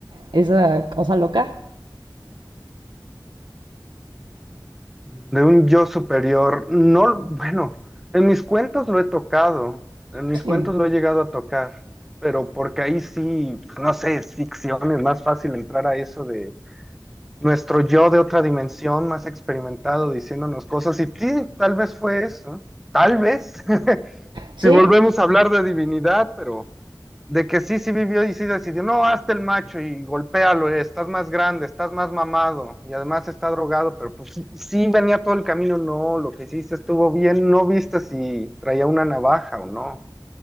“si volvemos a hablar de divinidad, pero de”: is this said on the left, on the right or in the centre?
Centre